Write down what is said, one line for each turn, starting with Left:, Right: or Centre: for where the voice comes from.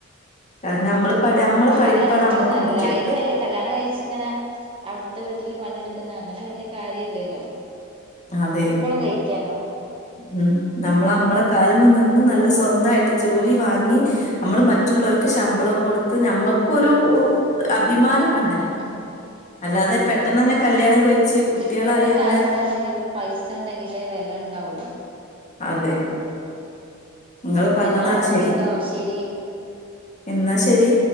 Left: കാരണം നമ്മള് പഠി നമ്മളെ പഠിപ്പാണ്
Right: അതാ ഏറ്റവും
Left: നമ്മക്ക്
Right: നല്ല
Left: മുഖ്യം
Right: അയില് വല്യ കല്യാണം കഴിച്ച് ഇങ്ങനെ അവിടുത്ത വീട്ടില് പണിയെടുക്കുന്ന അങ്ങനെ വല്യ. കാര്യല്ലല്ലോ
Left: അതെ
Right: എപ്പളും കഴിക്കാലോ.
Left: ഉം നമ്മള നമ്മളെ കാല്മ്മ നിന്ന് നല്ല സ്വന്തായിട്ട് ജോലി വാങ്ങി. നമ്മള് മറ്റുള്ളോര്ക്ക് ശമ്പളം കൊടുത്ത് ഞമ്മക്കൊരു അഭിമാനം വാണ്ടേ.
Right: അതെ
Left: അല്ലാതെ
Right: അതെ അതെ
Left: പെട്ടെന്നന്നെ കല്യാണം കൊഴിച്ച് കുട്ടേളായി
Right: ഇപ്പത്തെ
Left: അങ്ങനെ.
Right: കാലത്താണെങ്കില് പൈസ ഉണ്ടെങ്കിലേ വെല ണ്ടാവുള്ളൂ.
Left: അതെ. നിങ്ങള്പറഞ്ഞതാണ്
Right: എന്നാ ഓക്കേട്ടോ
Left: ശരി
Right: ശരി
Left: എന്നാ ശരി.